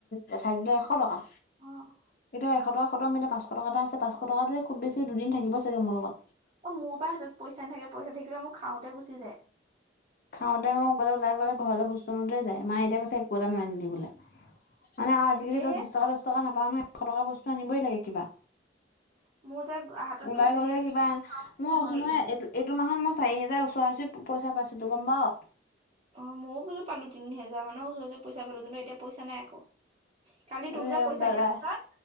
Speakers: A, on the left (about 55°); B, on the right (about 35°).
A: জেঠাই দিলে এশ টকা
B: অ'।
A: এতিয়া এশ টকা খতম এতিয়া পাচশ টকা এটা আছে পাঁচশ টকাতো খুব বেছি দুদিন থাকিব চাগে মোৰ লগত।
B: অ', মোৰ পৰা হাতত পইচা নাথাকে পইচা থাকিলে মোক খাওঁতে গুচি যায়
A: <inaudible> খাওঁতে মানে অকাল ওলাই গলে ঘৰলৈ বস্তু আনোতে যায় মা এতিয়া কৈছে একো এটা নানিলি বোলে মানে আজিকালি
B: একেহে
A: তোৰ বিশ টকা দহ টকা বস্তু নাপাওঁ নহয় এশ টকা বস্তু নিবই লাগে কিবা
B: <unintelligible>
A: ওলাই গ'লে
B: থাকিলে
A: কিবা মই
B: খাওঁ
A: কৈছো
B: লাগি
A: নহয়
B: থাকে
A: এই এইটো মাহত মই চাৰি হেজাৰ ওচৰা ওচৰি পইচ পাইছোঁ গ'ম পাও
B: অ', ময়ো পালো তিনি হাজাৰ মানৰ ওচৰতে পইচা পালোঁ কিন্তু এতিয়া পইচা নাই আকৌ কালি তোক
A: এ
B: যে পইচা
A: দাদাই
B: দিয়া পাছত